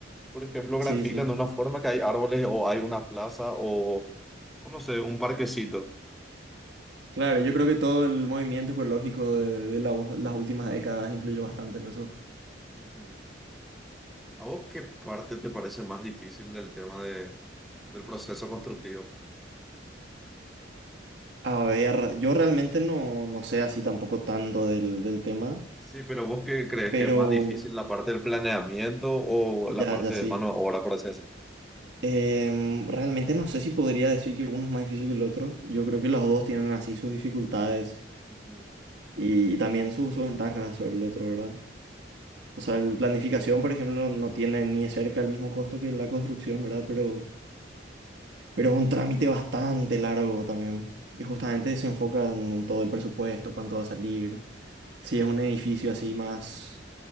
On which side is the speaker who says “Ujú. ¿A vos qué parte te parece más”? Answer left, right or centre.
Centre